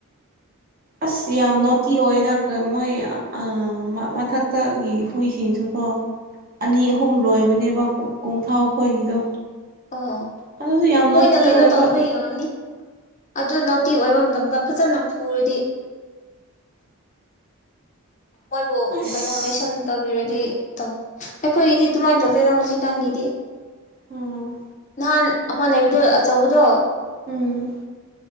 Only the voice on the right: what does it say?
ꯑꯁ ꯌꯥꯝ ꯅꯣꯇꯤ ꯑꯣꯏꯌꯦꯗ ꯀ ꯃꯣꯏ ꯑꯑꯥ ꯃꯊꯛꯇꯒꯤ ꯍꯨꯏꯁꯤꯡꯁꯨꯀꯣ ꯑꯅꯤ ꯑꯍꯨꯝ ꯂꯣꯏꯕꯅꯦꯕ ꯀꯨ ꯀꯣꯡꯊꯥꯎ ꯈꯣꯏꯒꯤꯗꯣ
ꯑꯗꯨꯁꯨ ꯌꯥꯝ
ꯅꯣꯇꯤ
ꯑꯣꯏꯕ
ꯑꯁ
ꯑꯣ
ꯎꯝ